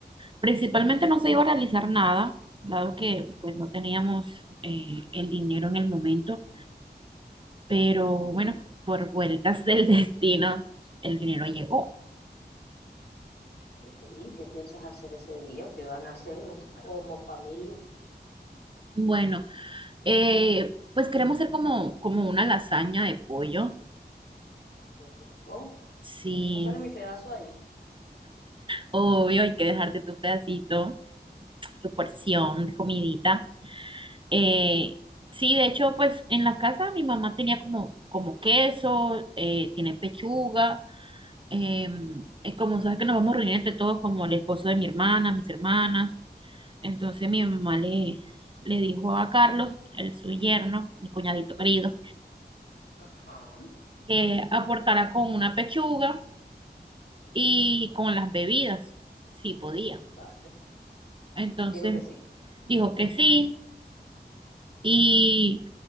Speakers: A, on the right; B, on the left.
A: Principalmente no se iba a realizar nada, dado que pues no teníamos eh, el dinero en el momento, pero
B: Sí.
A: bueno, por vueltas del <laughs> destino, el dinero llegó.
B: Le dije, ¿Y qué piensas hacer ese día? ¿O ¿Qué van a hacer entre- como familia?
A: Bueno, eh, pues queremos hacer como, como una lasaña de pollo.
B: Qué rico.
A: Sí,
B: ¿No sale mi pedazo ahí?
A: Obvio, hay que dejarte tu pedacito, tu porción de comidita. Eh, sí, de hecho, pues en la casa mi mamá tenía como, como queso, eh, tiene pechuga, eh, eh, como sabes que nos vamos a reunir entre todos, como el esposo de mi hermana, mis hermanas. Entonces mi mamá le, le dijo a Carlos, el su yerno, mi cuñadito querido,
B: Ajá.
A: que aportara con una pechuga y con las bebidas, si podía.
B: Vale.
A: Entonces
B: Dijo que sí.
A: dijo que sí. Y